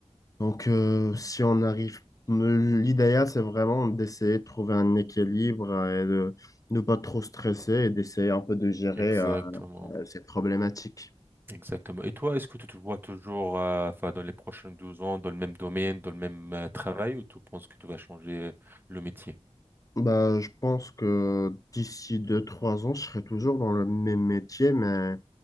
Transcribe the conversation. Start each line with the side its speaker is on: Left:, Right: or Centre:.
Left: donc, euh, si on arrive, l'idéal, c'est vraiment d'essayer de trouver un équilibre euh, et de ne pas trop stresser et d'essayer un peu de gérer.
Right: exactement,
Left: euh, Euh, C'est problématique.
Right: exactement. Et toi, est-ce que tu te vois toujours, euh, enfin, dans les prochains douze ans, dans le même domaine, dans le même euh, travail, ou tu penses que tu vas changer euh, le métier?
Left: Bah, je pense que d'ici deux trois ans, je serai toujours dans le même métier, mais